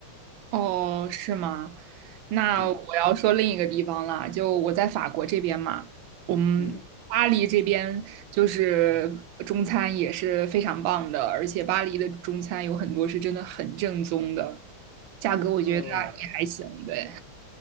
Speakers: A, on the right; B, on the left.
A: 哦，是吗？那我要说另一个地方了，
B: 嗯
A: 就我在法国这边嘛，我们巴黎这边就是中餐也是非常棒的，
B: 嗯。
A: 而且巴黎的中餐有很多是真的很正宗的，价格我觉得也还行，
B: 嗯，呃
A: 对。